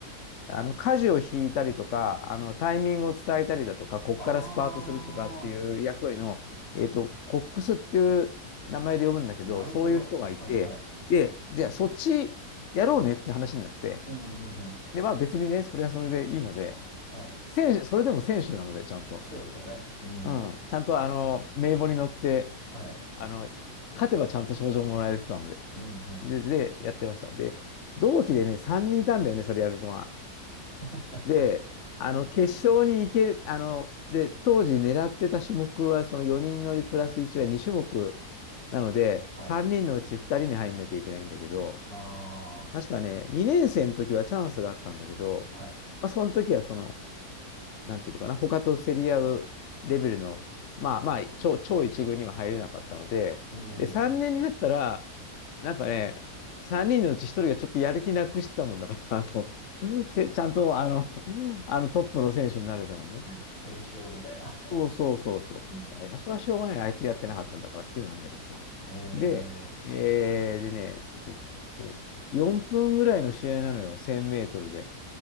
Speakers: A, on the left (about 60°); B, on the left (about 35°).
A: あの、舵を引いたりとか、あの、タイミングを伝えたりだとか、こっからスパートするとかっていう役割の、
B: ああ、
A: えっと、コックスっていう名前で呼ぶんだけど、
B: なるほど。
A: そういう人がいて、
B: はいはい。
A: で、じゃあそっちやろうねって話になって、
B: うんうんうん。
A: で、まあ別にね、それはそれでいいので、
B: はい。
A: 選手、それでも選手なので、ちゃんと。
B: そうですよね。うん。
A: うん、ちゃんとあの、名簿に乗って、
B: はい。
A: あの、勝てばちゃんと賞状もらえる人なので、
B: うんうん。
A: で、で、やってました。で、同期でね、3人いたんだよね、それやる子が。
B: <laughs>
A: で、あの、
B: うん
A: 決勝に行ける、あの、で、当時狙ってた種目は、その4人乗りプラス1は2種目なので、
B: はい。
A: 3人のうち2人に入んなきゃいけないんだけど、
B: ああ、
A: 確かね、2年生の時はチャンスがあったんだけど、
B: はい。
A: まあ、その時はその、なんていうのかな、他と競り合うレベルの、まあまあ、超、超一軍には入れなかったので、
B: うん。
A: で、3年になったら、なんかね、3人のうち1人がちょっとやる気なくしてたもんだから、<laughs> あと、<laughs> せちゃんとあの、あのトップの選手になれたのね。
B: 不戦勝みたいな。
A: そうそうそうそう。
B: うん。
A: いや、それはしょうがない。あいつやってなかったんだからっていうのはあるんだけどさ。
B: え
A: で、えー、でね、結構、4分ぐらいの試合なのよ、1000メートルで。